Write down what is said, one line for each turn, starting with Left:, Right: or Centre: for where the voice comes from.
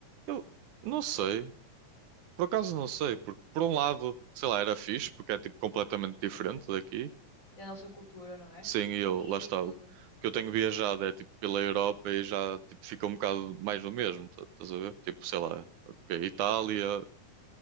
Right: eu não sei. Por acaso não sei. Porque por um lado, sei lá, era fixe, porque é tipo completamente diferente daqui.
Left: Da nossa cultura, não é?
Right: Sim, e
Left: Comida
Right: eu, lá está.
Left: e tudo.
Right: O que eu tenho viajado é tipo pela Europa e já tipo, fica um bocado mais do mesmo. tá- Estás a ver? Tipo, sei lá, ok, Itália,